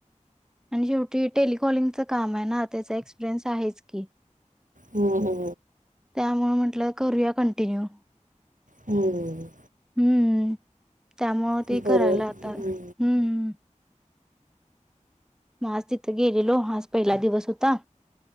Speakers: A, in the centre; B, on the right.
A: आणि शेवटी टेलिकॉलिंगच काम आहे ना, त्याचा एक्सपिरियन्स आहेच की
B: हो हो
A: त्यामुळे म्हंटलं करूया कंटिन्यू
B: हम्म
A: हम्म त्यामुळ ते
B: बरं
A: करायला आता.
B: हं.
A: हम्म हम्म म आज तिथं गेलेलो. आज पहिला दिवस होता